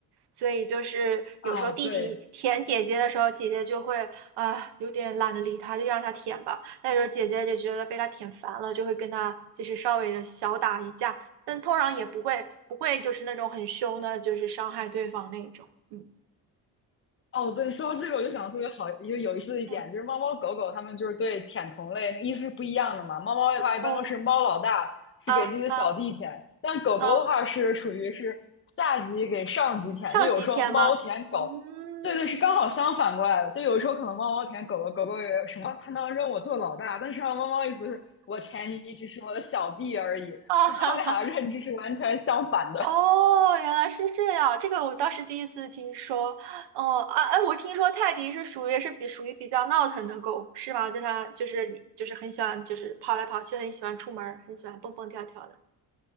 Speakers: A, on the right (about 80°); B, on the left (about 35°).
A: 所以就是有时候弟弟舔姐姐的时候，
B: 啊？对，
A: 姐姐就会啊有点懒得理他，就让他舔吧。但候姐姐就觉得被他舔烦了，就会跟他就是稍微的小打一架，但通常也不会不会就是那种很凶的，就是伤害对方那种。嗯
B: 哦，对，说到这个，我就想特别好，就有意思的一点就是，
A: 嗯
B: 猫猫狗狗它们就是对舔同类那个意思是不一样的嘛。猫猫的话，
A: 哦
B: 一般都是猫老大是给自己的小弟舔，
A: 啊啊
B: 但狗狗的话是属于是下级给上级舔，
A: 啊，上级舔吗？
B: 就有时候猫舔狗，
A: 嗯
B: 对对，是刚好相反过来的。就有时候可能猫猫舔狗狗，狗狗也有什么，它能认我做老大，但实际上猫猫意思是我舔你，你只是我的小弟而已。
A: 啊哈哈。
B: 那它们俩的认知是完全相反的。
A: <laughs> 哦，原来是这样，这个我倒是第一次听说。哦，啊，哎，我听说泰迪是属于是比属于比较闹腾的狗，是吗？就它就是你就是很喜欢就是跑来跑去，很喜欢出门儿很喜欢蹦蹦跳跳的，